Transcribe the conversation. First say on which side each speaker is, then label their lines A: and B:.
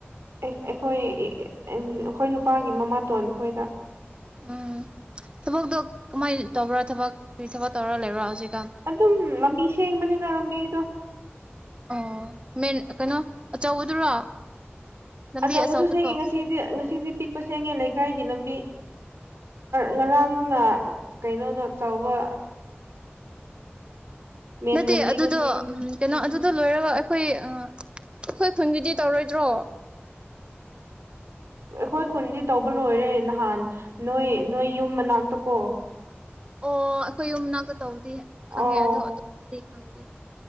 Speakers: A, on the right; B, on the right.
A: ꯑꯩꯈꯣꯏ ꯑꯩꯈꯣꯏ ꯅꯨꯄꯥꯒꯤ ꯃꯃꯥꯇꯣꯟ ꯈꯈꯣꯏꯗ
B: ꯎꯝ ꯊꯕꯛꯇꯣ ꯀꯃꯥꯏꯅ ꯇꯧꯕ꯭ꯔꯥ ꯊꯕꯛ ꯀꯔꯤ ꯊꯕꯛ ꯇꯧꯔ ꯂꯩꯕ꯭ꯔꯥ ꯍꯧꯖꯤꯛ
A: ꯑꯗꯨ ꯑꯗꯨ ꯂꯝꯝꯕꯕꯤꯁꯦ ꯌꯦ ꯃꯅꯤ ꯃꯤꯗ
B: ꯑꯣ ꯃꯦꯟ ꯀꯩꯅꯣ ꯑꯆꯧꯕꯗꯨꯔꯣ ꯂꯝꯕꯤ
A: ꯑꯆꯧꯕꯁꯨ
B: ꯑꯆꯧꯕꯗꯣ
A: ꯁꯦꯡꯉꯦ ꯉꯁꯤꯗꯤ ꯉꯁꯤꯗꯤ ꯄꯤꯛꯄ ꯁꯦꯡꯉꯦ ꯂꯩꯀꯥꯏꯒꯤ ꯂꯝꯕꯤ ꯉꯔꯥꯡꯗꯨꯅ ꯀꯩꯅꯣꯗꯣ ꯆꯥꯎꯧꯕ ꯃꯦꯟ
B: ꯅꯠꯇꯦ
A: ꯂꯝꯕꯤꯗ
B: ꯑꯗꯨꯗꯣ
A: ꯁꯦꯡꯉꯦ
B: ꯀꯩꯅꯣ
A: ꯎꯝ
B: ꯑꯗꯨꯗꯣ ꯂꯣꯏꯔꯒ ꯑꯩꯈꯣꯏ ꯑꯩꯈꯣꯏ ꯈꯨꯟꯒꯤꯗꯤ ꯇꯧꯔꯣꯏꯗ꯭ꯔꯣ
A: ꯍꯣꯏ ꯈꯨꯣꯟꯗꯤ ꯇꯧꯕ ꯂꯣꯏꯔꯦ ꯅꯍꯥꯟ ꯅꯣꯏ ꯅꯣꯏ ꯌꯨꯝ ꯃꯅꯥꯛꯇꯀꯣ
B: ꯑꯣ ꯑꯩꯈꯣꯏ ꯌꯨꯝꯅꯥꯛꯇ ꯇꯧꯋ ꯈꯪꯉꯦ
A: ꯑꯣ
B: ꯑꯗꯨꯣ ꯊ ꯈꯪꯒꯦ